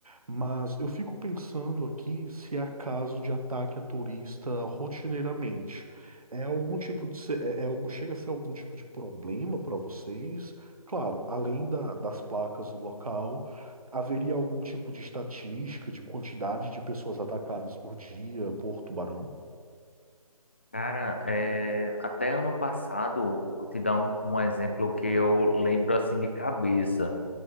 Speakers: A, on the right (about 70°); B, on the left (about 20°).
A: Mas eu fico pensando aqui se há caso de ataque a turista rotineiramente. É algum tipo de ser- é, é algo chega a ser algum tipo de problema para vocês? Claro, além da- das placas no local, haveria algum tipo de estatística de quantidade de pessoas atacadas por dia por tubarão?
B: Cara, é, até ano passado, vou te dar um, um exemplo que eu lembro assim de cabeça.